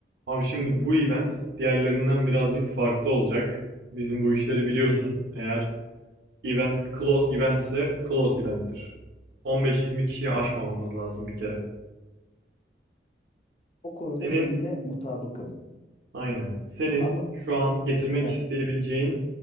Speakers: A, on the right (about 75°); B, on the left (about 35°).
A: Abi şimdi bu event diğerlerinden birazcık farklı olacak. Bizim bu işleri biliyorsun. Eğer event close event ise close event'tir. 15-20 kişiyi aşmamamız lazım bir kere.
B: O konuda
A: Senin
B: seninle mutabıkım.
A: aynen. Senin
B: Ama
A: şu an getirmek
B: Heh,
A: isteyebileceğin